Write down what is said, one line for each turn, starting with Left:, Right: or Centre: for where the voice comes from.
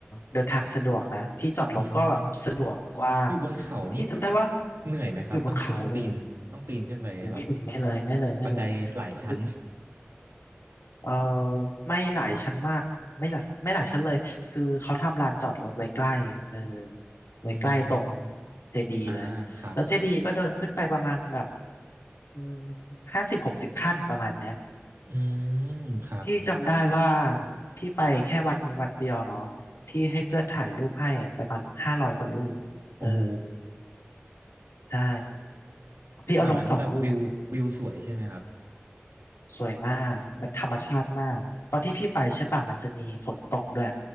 Left: เดินทางสะดวกนะที่จอดรถก็แบบสะดวกกว้าง
Right: อืมอยู่บนเขานี่
Left: ที่จำได้ว่า
Right: เหนื่อยไหมครับต้องขึ้นปีนต้องปีนขึ้นไปแบบ
Left: อยู่บนเขาเลยอุ้ยไม่เลยไม่เลยไม่เลย
Right: บันไดหลายชั้น
Left: คือเออไม่หลายชั้นมากไม่หลายไม่หลายชั้นเลยคือเขาทำลานจอดรถไว้ใกล้เออไว้ใกล้ตรง
Right: อืม
Left: เจดีย์เลยแล้วเจดีย์ก็เดินขึ้นไปประมาณแบบ
Right: อ่าครับ
Left: อืมห้าสิบหกสิบขั้นประมาณเนี้ย
Right: อืมครับ
Left: พี่จำได้ว่าพี่ไปแค่วัดนี้วัดเดียวเนาะพี่ให้เพื่อนถ่ายรูปให้อะไปประมาณห้าร้อยกว่ารูปเออ
Right: โอ้โห
Left: ใช่พี่เอาลงสองรูป
Right: แถวนั้นแบบวิววิวสวยใช่ไหมครับ
Left: สวยมากมันธรรมชาติมากตอนที่พี่ไปใช่ป่ะมันจะมีฝนตกด้วย